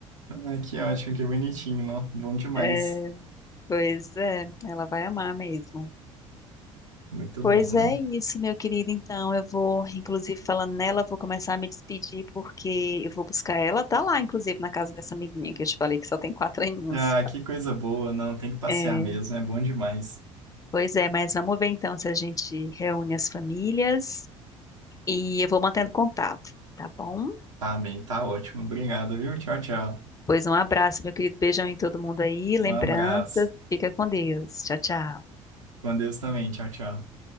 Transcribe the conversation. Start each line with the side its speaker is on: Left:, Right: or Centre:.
Right: Ah, que ótimo, que bonitinho, não? Bom demais.
Left: É, pois é, ela vai amar mesmo.
Right: Muito
Left: Pois
Right: bom, não?
Left: é isso, meu querido. Então, eu vou, inclusive, falando nela, vou começar a me despedir, porque eu vou buscar ela. Tá lá, inclusive, na casa dessa amiguinha que eu te falei que só tem quatro <laughs> aninhos.
Right: Ah, que coisa boa, não. Tem que passear
Left: É,
Right: mesmo, é bom demais.
Left: pois é, mas vamos ver então se a gente reúne as famílias e eu vou mantendo contato, tá bom?
Right: Tá bem, tá ótimo. Obrigado, viu? Tchau, tchau.
Left: Pois um abraço, meu querido. Beijão em todo mundo aí, lembranças.
Right: Um abraço.
Left: Fica com Deus. Tchau, tchau.
Right: Com Deus também. Tchau, tchau.